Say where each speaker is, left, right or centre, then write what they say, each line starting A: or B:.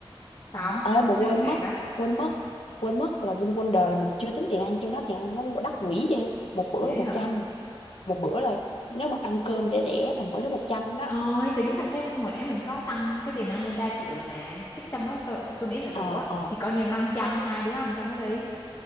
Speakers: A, on the left; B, on the left.
A: Xong,
B: Ờ, ê mà
A: hết
B: quên
A: cái ngày
B: mất
A: hôm đó.
B: quên mất quên mất là VinWonder là mình chưa tính tiền ăn cho nó tiền ăn nó đắt quỷ vậy một bữa
A: Ủa vậy
B: là một
A: hả?
B: trăm một bữa là nếu mà ăn cơm rẻ rẻ là mỗi đứa 100 đó
A: Thôi tính trong cái hồi nãy mình có tăng cái tiền ăn lên 3 triệu rồi mà Chắc trong đó tôi, tôi nghĩ là đủ
B: ờ
A: á
B: ờ
A: Thì coi như 500 hai đứa ăn trong đó đi